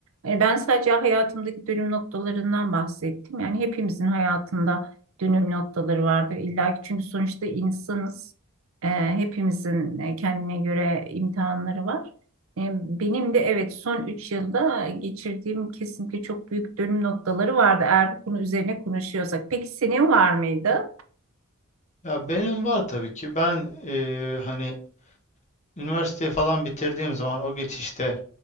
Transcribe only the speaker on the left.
Ya benim var tabii ki. Ben e, hani üniversiteyi falan bitirdiğim zaman o geçişte